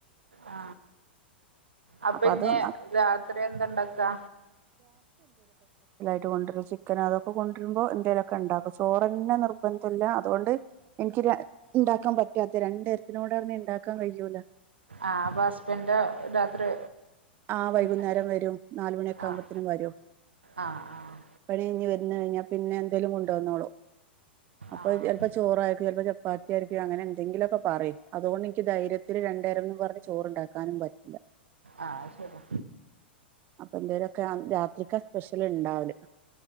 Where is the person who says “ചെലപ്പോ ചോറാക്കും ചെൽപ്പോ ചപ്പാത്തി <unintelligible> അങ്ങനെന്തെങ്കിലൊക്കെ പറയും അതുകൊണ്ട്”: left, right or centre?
Right